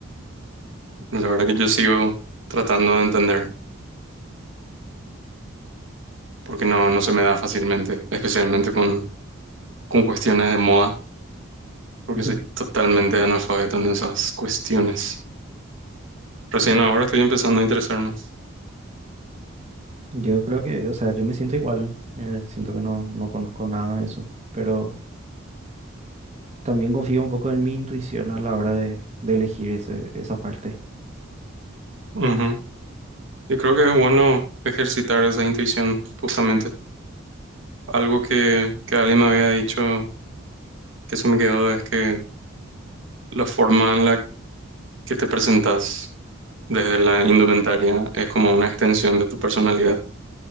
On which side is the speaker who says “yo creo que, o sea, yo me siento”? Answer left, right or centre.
Right